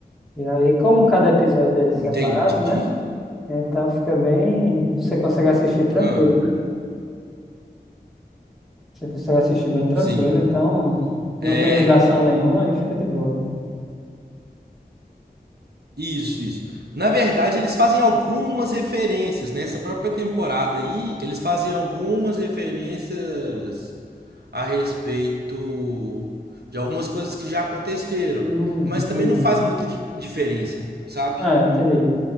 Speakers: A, in the centre; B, on the right.
A: E aí, como cada episódio é separado,
B: Entendi.
A: né? Então fica bem. Você consegue assistir tranquilo,
B: Ah,
A: né? Você consegue assistir bem tranquilo,
B: sim.
A: então
B: É,
A: não tem ligação
B: ca-
A: nenhuma, aí fica de boa.
B: isso, isso. Na verdade, eles fazem algumas referências nessa própria temporada aí, eles fazem algumas referências a respeito de algumas coisas que já aconteceram,
A: Hum,
B: mas também
A: entendi.
B: não faz muita di- diferença, sabe?
A: Ah, entendi.